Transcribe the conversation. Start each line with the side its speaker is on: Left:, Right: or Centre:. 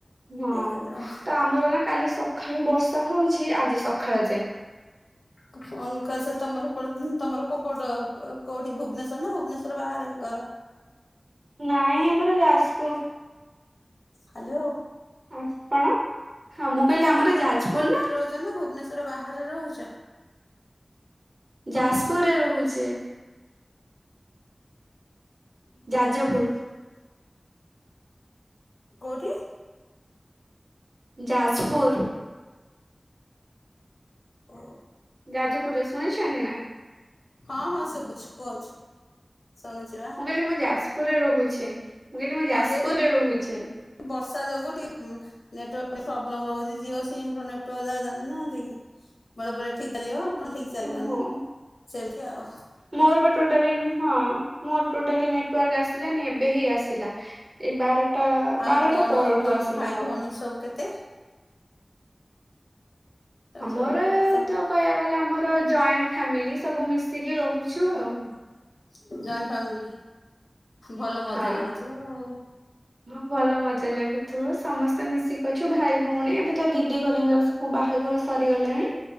Right: ହଁ
Left: ଇଏ କରିବା ଆଉ
Right: ତ ଆମର ନା କାଲି ସ ଖାଳୁ ବର୍ଷା ହଉଛି ଆଜି ସଖାଳ ଯାଏଁ।
Left: କ <unintelligible> ତମ କୋପଟ କୋଉଠି ଭୁବନେଶ୍ଵର ନା ଭୁବନେଶ୍ଵର ବାହାରେ ଘର?
Right: ନାଇଁ ଆମର ଯାଜପୁର।
Left: ହ୍ୟାଲୋ।
Right: ଆପଣ ହଁ ମୁଁ କହିଲି ଆମର ଯାଜପୁର ନା।
Left: ଶ୍ୱର ନା ଭୁବନେଶ୍ୱର୍ ବାହାରେ ରହୁଛ?
Right: ଯାଜପୁରରେ ରହୁଛି। ଯାଜପୁର।
Left: କୋଉଠି?
Right: ଯାଜପୁର।
Left: ଓ।
Right: ଯାଜପୁରରେ ଶୁଣିଛନ୍ତି ନା?
Left: ହଁ ହଁ ଶୁଭୁଛି କୁହନ୍ତୁ। ଶୁଣୁଛି ବା।
Right: ମୁଁ କହିଲି ମୁଁ ଯାଜପୁରରେ ରହୁଛି। ମୁଁ କହିଲି ମୁଁ ଯାଜପୁରରେ
Left: ହଁ ସେଇଠି
Right: ରହୁଛି।
Left: ବର୍ଷା ଯୋଗୁ ଟିକେ ଉ ନେଟୱାର୍କ <unintelligible> ପ୍ରୋବ୍ଲେମ ରହୁଛି ଜିଓ ସିମ ର ନେଟୱାର୍କ ଯାହା ଜାଣିନାହାନ୍ତି କି। ବେଳେ ବେଳେ ଠିକ୍ ଚାଲିବ। ନହେଲେ ଠିକ ଚାଲିବନି
Right: ଓହୋ।
Left: ସେମିତି ଆଉ।
Right: ମୋର ବା ଟୋଟାଲି ହଁ ମୋର ଟୋଟାଲି ନେଟୱର୍କ ଆସିଲାନି। ଏବେ ହେଇ ଆସିଲା। ଏଇ ବାରଟା
Left: ଆଉ
Right: ବାରଟା
Left: କଣ
Right: ପରଠୁ
Left: ତମ
Right: ଆସିଲା।
Left: ଭାଇ
Right: ମୋର।
Left: ଭଉଣୀ ସବୁ କେତେ? ତମେ
Right: ଆମର-ଅ-ଅ-ଅ
Left: ସବୁ ସବୁ
Right: ତ କହିବାକୁ ଗଲେ ଆମର ଜଏଣ୍ଟ ଫ୍ୟାମିଲି ସବୁ ମିଶିକି ରହୁଛୁ।
Left: ହୁଁ
Right: ଆଉ।
Left: ଜଏଣ୍ଟ ଫ୍ୟାମିଲି ଭଲ ମଜା
Right: ହଁ।
Left: ଲାଗୁଥିବ ଆଉ।
Right: ହଁ ଭଲ ମଜା ଲାଗୁଥିବ ସମସ୍ତେ ମିଶିକି ଅଛୁ ଭାଇ ଭଉଣୀ ଏବେ ତ ଦିଦି ଘରିକାଙ୍କର ସ ସବୁ ବାହାଘର ସରିଗଲାଣି